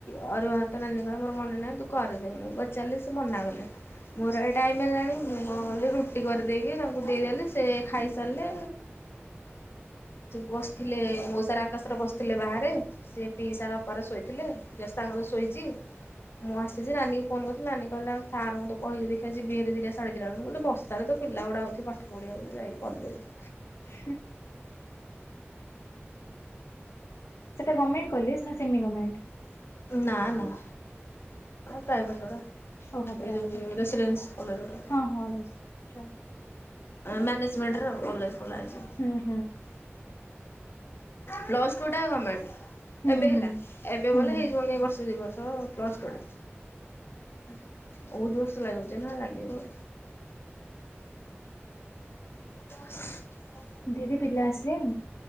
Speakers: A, on the left; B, on the left.
A: ଅରୁଆ ଭାତ ନାନି କହିଲେ ମୋର ମନେ ନାହିଁ ତୁ କରିରେ ଦେ ମୁଁ ପଚାରିଲି ସେ ମନା କଲେ। ମୋର ଏ ଟାଇମ୍ ହେଲାଣି ମୁଁ କ କଲି ରୁଟି କରିଦେଇକି ତାଙ୍କୁ ଦେଇଦେଲି ସେ ଖାଇସାଇଲେ। ବସିଥିଲେ ମଉସାର ଆକାଶରେ ବସିଥିଲେ ବାହାରେ। ସେ ପିଇସା ବାପାର ଶୋଇଥିଲେ। ଦେସ୍ତା ବେଳୁ ଶୋଇଛି। ମୁଁ ଆସିି ସେ ରାନୀଙ୍କୁ ଫୋନ କରିଥିଲା ନାନୀ କହିଲା। ସାର ଙ୍କୁ ତ କହିିଛି ଦେଖିବା ଯେ ବିଏରେ ଦିଇଟା ଶାଢ଼ୀ ଆଣିବ। ମୁଁ କହିଲି ବର୍ଷା ର ତ ପିଲା ଗୁଡ଼ା ଆଉଥିବେ ଥିବେ ପାଠ ପଢିବାକୁ ତ ଯାଇଛି କଲେଜେ।
B: ଉହୁଁ। ସେଟା ଗମେଣ୍ଟ କଲେଜେ। ନା ସେମିଗମେଣ୍ଟେ।
A: ନାଁ ନାଁ। ପ୍ରାଇଭେଟ ଗୁଡା।
B: ଓହୋ
A: ଏଇ
B: ପ୍ରାଇଭେଟ
A: ଯଉ ରେସିଡେନ୍ସ କଲେଜର।
B: ହଁ ହଁ ଆଛା
A: ମ୍ୟାନେଜମେଣ୍ଟର କଲେଜେ ଖୋଲାଯାଇଛି।
B: ହୁଁ ହୁଁ
A: ପ୍ଲସ ଟୁ ଟା ଗମେଣ୍ଟେ।
B: ହୁଁ
A: ଏବେ
B: ହୁଁ
A: ହେଲା। ଏବେ ଭଲେ
B: ହୁଁ
A: ହେଇଯିବନି ବର୍ଷ ଦି ବର୍ଷ ପ୍ଲସ ଟୁ ଟା। ବହୁତୁ ବର୍ଷ ଲାଗୁଚି ନା ଲାଗିବ। ଆ
B: ଦିଦି ପିଲା ଆସିଲେଣି?